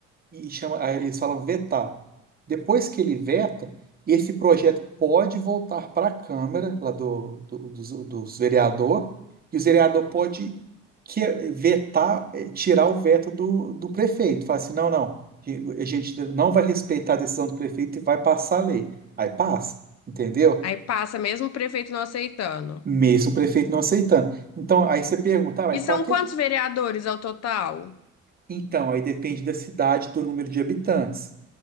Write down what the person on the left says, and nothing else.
Aí passa mesmo o prefeito não aceitando.
E são
quantos
vereadores ao total?